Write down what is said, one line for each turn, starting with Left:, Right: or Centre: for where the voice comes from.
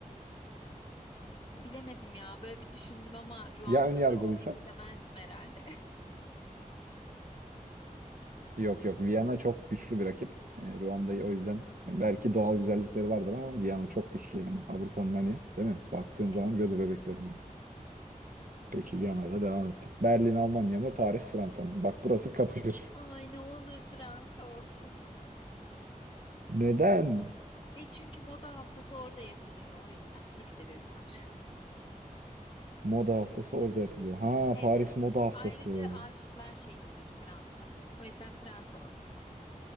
Left: Bilemedim ya. Böyle bir düşündüm ama Ruanda'da
Right: Ya ön yargılıysak?
Left: olmak istemezdim herhalde. <laughs>
Right: Yok yok Viyana çok güçlü bir rakip. E, Ruanda'yı o yüzden e, belki doğal güzellikleri vardır ama Viyana çok güçlü yani. Avrupa'nın hani değil mi? Baktığın zaman
Left: Evet.
Right: gözü bebeklerinden. Peki Viyana'yla devam ettik. Berlin Almanya mı Paris Fransa mı? Bak burası kapışır.
Left: Ay ne olur Fransa olsun.
Right: Neden?
Left: E çünkü moda haftası orada yapılıyor. O yüzden tek sebebi var.
Right: Moda haftası orada yapılıyor. Ha
Left: Evet.
Right: Paris moda haftası.
Left: Ayrıca aşıklar şehridir Fransa. O yüzden Fransa olsun.